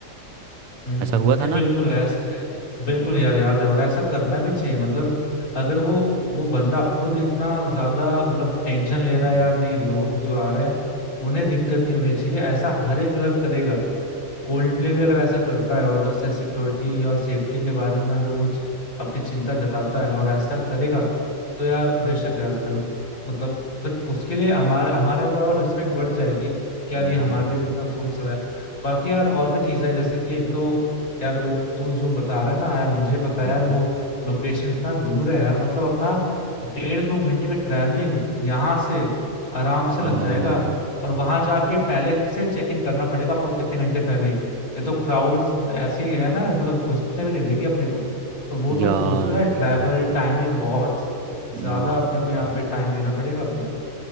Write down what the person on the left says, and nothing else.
हम्म,
नहीं
बिल्कुल ऐसा बिल्कुल यार याद है और ऐसा करना भी चाहिए मतलब अगर वो वो बंदा खुद इतना ज्यादा मतलब टेंशन ले रहा
है यार नहीं लोग जो आ रहे हैं उन्हें दिक्कत नहीं होनी चाहिए ऐसा हर एक अगर करेगा कोल्ड प्ले भी अगर ऐसा करता है और ऐसे सिक्योरिटी और सेफ्टी के बारे में अगर वो च- अपनी चिंता जताता है और ऐसा करेगा तो यार बेशक यार फिर मतलब फिर उसके लिए हमारे हमारे अंदर और रिस्पेक्ट बढ़ जाएगी कि यार
ये हमारे लिए भी इतना सोच रहा है बाकी यार और भी चीजें हैं जैसे कि एक तो यार वो तू जो बता रहा है ना यार मुझे पता है
यार
वो लोकेशन इतना दूर है यार मतलब अपना डेढ़ दो घंटे का ट्रैवलिंग यहाँ से आराम से
लग जाएगा और वहां जाके पहले से चेक इन करना पड़ेगा अपने को कितने घंटे पहले ही ये तो क्राउड ऐसी है ना मतलब घुसने भी नहीं देगी अपने को तो वो
तो सोचो यार ट्रैवल टाइमिंग बहुत
ज्यादा अपने को यहाँ पे टाइम देना पड़ेगा अपना